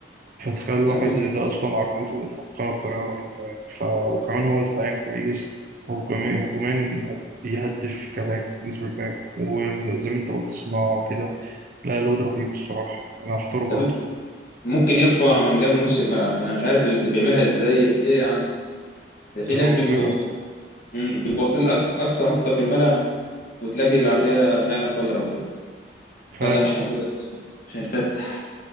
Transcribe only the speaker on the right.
فتخيل واحد
زي ده اصلا عرضته متقنه بطريقه رهيبه يعني ف... وكمان هو دفاعيا كويس وهجوميا هجوميا هد- بيهدف كباك بالنسبه للباك وزي ما انت قلت صناعه وكده لا الواد رهيب الصراحه انا هختاره برضه
تبقى
مرعبه
فعلا